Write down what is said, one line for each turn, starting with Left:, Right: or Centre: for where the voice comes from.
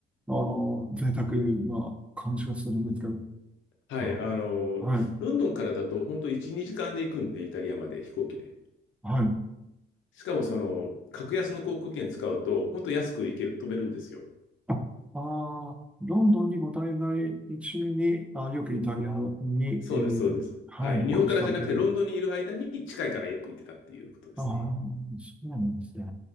Centre: あの、贅沢な感じがするんですけど、
Left: はい。
Centre: はい、
Left: あの、
Centre: はい、
Left: ロンドンからだと、本当1、2時間で行くんで、イタリアまで飛行機で。
Centre: はい。
Left: しかも、その、格安の航空券使うと、本当安く行ける、飛べるんですよ。
Centre: ああー、ロンドンにご滞在中に、あ、よくイタリアに、
Left: そうです、
Centre: えーはい、
Left: そうです。はい。
Centre: 旅行したという。
Left: 日本からじゃなくて、ロンドンにいる間に近いからよく行ってたっていうことですね。
Centre: ああ、そうなんですね。